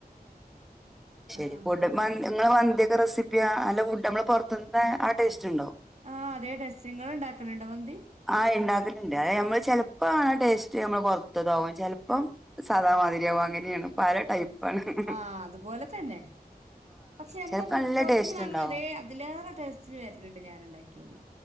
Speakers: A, in the centre; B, on the right (about 45°).
A: ശരി
B: ആഹ്
A: ഫുഡ് നിങ്ങള് വന്തിൊക്കെ <unintelligible> റെസിപ്പിയാ അല്ലെ ഫുഡ് നമ്മള് പുറത്ത് നിന്നും ആ ടേസ്റ്റ് ഉണ്ടോ
B: ആഹ് അതേ ടേസ്റ്റ് ഇങ്ങള് ഇണ്ടാക്കലുണ്ടോ മന്തി
A: ആ ഉണ്ടാക്കലുണ്ട് അത് നമ്മൾ ഇപ്പ ഇങ്ങനെ ടേസ്റ്റ് നമ്മൾ പുൊറത്തതാകും <unintelligible> ചിലപ്പോ സാധമാധരി അങ്ങനെയാണ് പല ടൈപ്പ് <unintelligible>
B: ആഹ് അതുപോലെ തന്നെ പക്ഷെ നമ്മള്
A: ചെലപ്പോ നല്ല
B: പുറത്തുനിന്ന്
A: ടേസ്റ്റ്
B: വാങ്ങുന്ന
A: ഇണ്ടാവും
B: അതേ അതിലേറെ ടെസ്റ്റ്‌ ഉണ്ട് ഞാൻ ഉണ്ടാക്കിയല്